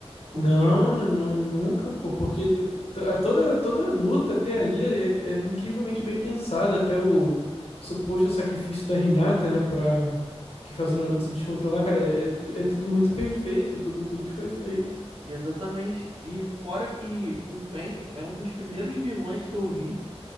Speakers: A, on the right; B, on the left.
A: porque
B: Não, nu- nu- nunca, pô, porque d- t- a- toda, toda luta até ali é, é incrivelmente bem pensado, até o suposto sacrifício da Hinata, né, pra que
A: sim,
B: faz o Naruto se descontrolar, cara, é, é tu- é tudo muito perfeito, tudo, tudo que foi feito.
A: exatamente. E fora que o Pen é um dos primeiros vilões que eu vi